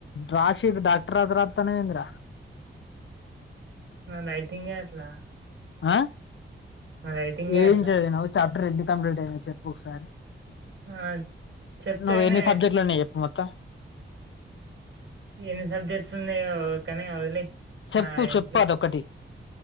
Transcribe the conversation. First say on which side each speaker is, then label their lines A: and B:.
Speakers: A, on the left (about 70°); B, on the right (about 65°).
A: రాశీద్ డాక్టర్ అద్ర తనేవేంద్ర
B: రైటింగే అట్లా
A: ఆ
B: నా రైటింగే
A: ఏం
B: అట్లా.
A: చదినావు చాప్టర్ ఎంత కంప్లీట్ అయింది చెప్పు ఒకసారి
B: ఆ! చెప్తేనే
A: నువ్ ఎన్ని సబ్జెక్ట్లున్నాయి చెప్పు మొత్తం
B: ఏన్ సబ్జెక్ట్స్ని కని వదిలేయి
A: చెప్పు
B: ఆహ్,
A: చెప్పు
B: ఇప్పుడు
A: అదొకటి